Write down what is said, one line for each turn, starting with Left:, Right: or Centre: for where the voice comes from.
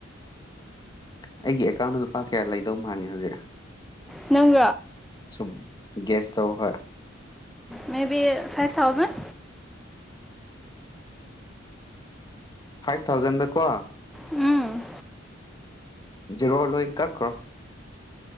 Left: ꯑꯩꯒꯤ ꯑꯦꯀꯥꯎꯟꯗ ꯂꯨꯄꯥ ꯀꯌꯥ ꯂꯩꯗꯧ ꯃꯥꯥꯟꯒꯦ ꯍꯧꯖꯤꯛ
Centre: ꯅꯪ
Left: ꯁꯨꯝ ꯦꯁ ꯇꯧꯕ ꯍꯣꯏ
Centre: ꯃꯦ ꯕꯤ ꯐꯥꯏꯚ ꯊꯥꯥꯎꯖꯟ
Left: ꯐꯥꯏꯚ ꯊꯥꯎꯖꯟꯗꯀꯣ
Centre: ꯎꯝ
Left: ꯖꯦꯔꯣ ꯂꯣꯏ ꯀꯛꯈ꯭ꯔꯣ